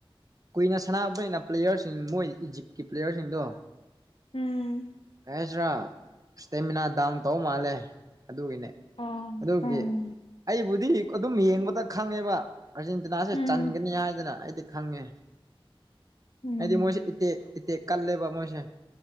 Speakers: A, on the right; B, on the left.
A: ꯀꯨꯏꯅ ꯁꯥꯟꯅꯥꯕꯅꯤꯅ ꯄ꯭ꯂꯦꯌꯔꯁꯤꯡ ꯃꯣꯏ ꯏꯖꯤꯞꯀꯤ ꯄ꯭ꯂꯦꯌꯔꯁꯤꯡꯗꯣ
B: ꯎꯝ
A: ꯀꯩ ꯍꯥꯏꯁꯤꯔꯥ ꯏꯁꯇꯦꯃꯤꯅꯥ ꯗꯥꯎꯟ ꯇꯧ ꯃꯥꯜꯂꯦ ꯑꯗꯨꯒꯤꯅꯦ
B: ꯑꯣ
A: ꯑꯗꯨꯒꯤ
B: ꯎꯝ
A: ꯑꯩꯕꯨꯗꯤ ꯑꯗꯨꯝ ꯌꯦꯡꯕꯗ ꯈꯪꯉꯦꯕ ꯑꯥꯔꯖꯦꯟꯇꯤꯅꯥꯁꯦ
B: ꯎꯝ
A: ꯆꯟꯒꯅꯤ ꯍꯥꯏꯗꯅ ꯑꯩꯗꯤ ꯈꯪꯉꯦ
B: ꯎꯝ
A: ꯑꯩꯗꯤ ꯃꯣꯏꯁꯤꯦ ꯏꯇꯦꯛ ꯏ ꯀꯜꯂꯕ ꯃꯣꯏꯁꯦ